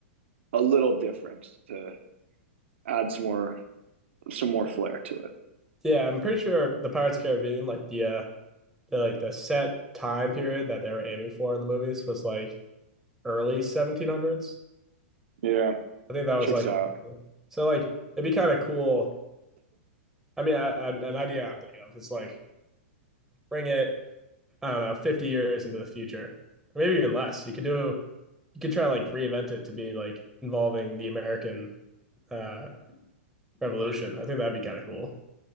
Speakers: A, on the right; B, in the centre.
A: a little different to add some more some more flair to it
B: Yeah, I'm pretty sure the Pirates of the Caribbean, like the uh the like the set time period that they were aiming for in the movies was like early 1700s.
A: yeah
B: I think that was
A: checks
B: like
A: out
B: <laughs> so like it'd be kind of cool. I mean, I, I, an idea I'm thinking of is like bring it, I don't know, 50 years into the future. Or maybe even less. You could do you could try to like reinvent it to be like involving the American uh revolution. I think that'd be kind of cool.